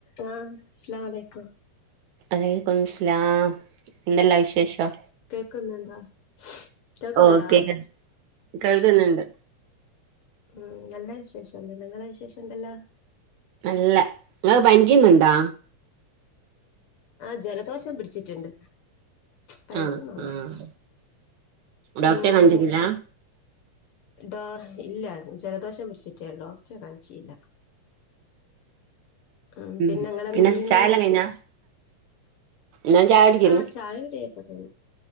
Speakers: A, on the left (about 85°); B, on the right (about 70°).
A: ആ അസ്സലാം അലൈക്കും
B: വലൈക്കും സ്ലാം ന്തെല്ലാ വിശേഷം
A: കേൾക്കുന്നുണ്ടോ കേൾക്കുന്നുണ്ടോ
B: ഓക്കെ കേൾക്കുന്നുണ്ട്
A: ഉം നല്ല വിശേഷം നിങ്ങടെ വിശേഷം ന്തല്ലാ
B: നല്ല ഇങ്ങള് പനിക്ക് ന്ന് ണ്ടേ
A: ആ ജലദോഷം പിടിച്ച്ട്ട്ണ്ട് പനിക്ക്ന്നെന്നും
B: ആഹ് ആഹ്
A: ഇല്ല പിന്നെ
B: ഡോക്ടറെ കാണിച്ചിട്ടില്ല
A: ഡോ ഇല്ല ജലദോഷം പിടിച്ചിട്ടേള്ളൂ ഡോക്റ്റ കാണിച്ചില്ല ഉം
B: ഉ
A: പിന്നെ നിങ്ങളെന്ത്
B: പിന്ന
A: ചെയ്യുന്ന്
B: ചായല്ലാം കഴിഞ്ഞാ ഞാൻ ചായ കുടിക്കുന്നു
A: ആ ചായ ടിയെക്കെ കയിഞ്ഞു